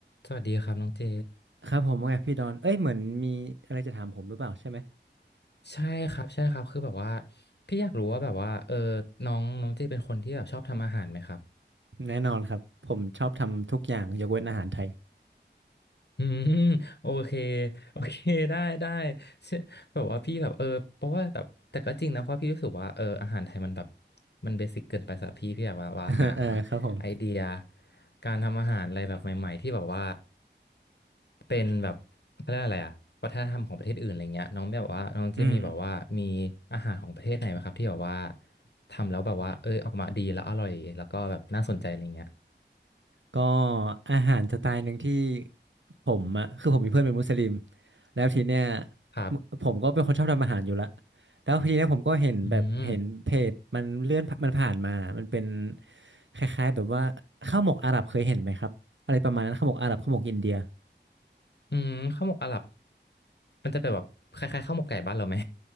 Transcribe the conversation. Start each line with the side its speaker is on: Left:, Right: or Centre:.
Left: สวัสดีครับน้องเจ
Right: ครับผมว่าไงพี่ดอนเอ้ยเหมือนมีอะไรจะถามผมหรือเปล่าใช่ไหม
Left: ใช่ครับใช่ครับคือแบบว่าพี่อยากรู้ว่าแบบว่าเออน้องน้องเจเป็นคนที่แบบชอบทำอาหารไหมครับ
Right: แน่นอนครับผมชอบทำทุกอย่างยกเว้นอาหารไทย
Left: อืมโอเค <laughs> โอเคได้ได้เช่อแบบว่าพี่แบบเออเพราะว่าแบบแต่ก็จริงนะเพราะพี่รู้สึกว่าเอออาหารไทยมันแบบมันเบสิกเกินไปสำหรับพี่พี่อยากว่าว่าหา
Right: <laughs> เออครับผม
Left: ไอเดียการทำอาหารอะไรแบบใหม่ๆที่แบบว่า เป็นแบบเขาเรียกอะไรอะวัฒนธรรมของประเทศอื่นอะไรเงี้ยน้องแบบว่าน้องจะมีแบบว่ามีอาหารของประเทศไหนไหมครับที่แบบว่า
Right: อืม
Left: ทำแล้วแบบว่าเอ้ยออกมาดีแล้วอร่อยแล้วก็แบบน่าสนใจอะไรเงี้ย
Right: ก็อาหารสไตล์หนึ่งที่ผมอะคือผมมีเพื่อนเป็นมุสลิมแล้วทีเนี้ย
Left: ครับ
Right: มผมก็เป็นคนชอบทำอาหารอยู่ละแล้วทีเนี้ยผมก็เห็นแบบเห็นเพจมันเลื่อนมันผ่านมามันเป็น
Left: อืม
Right: คล้ายๆแบบว่าข้าวหมกอาหรับเคยเห็นไหมครับอะไรประมาณนั้นข้าวหมกอาหรับข้าวหมกอินเดีย
Left: อืมข้าวหมกอาหรับมันจะเป็นแบบคล้ายๆข้าวหมกไก่บ้านเราไหม